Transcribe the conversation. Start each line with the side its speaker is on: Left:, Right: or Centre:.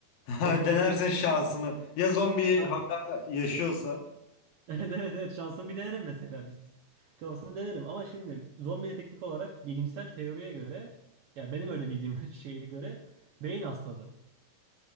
Left: <laughs>
Right: Sonuçta
Left: Denersin
Right: zombi de bir
Left: şansını. Ya zombi
Right: şans
Left: hala yaşıyorsa.
Right: <laughs> Evet evet evet şansımı bir denerim mesela. Biz kafasını denerim ama şimdi zombiye teknik olarak bilimsel teoriye göre ya benim öyle bildiğim <laughs> şeye göre beyin hastalığı.